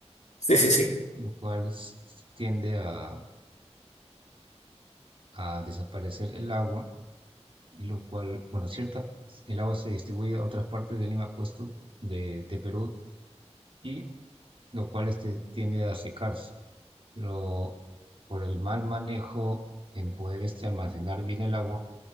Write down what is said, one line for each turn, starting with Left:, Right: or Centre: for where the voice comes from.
Left: sí, sí, sí.
Right: lo cual s- tiende a a desaparecer el agua lo cual, bueno, cierta, el agua se distribuye a otras partes de Lima, puesto de, de Perú, y lo cual este, tiende a secarse. Pero por el mal manejo en poder este, almacenar bien el agua,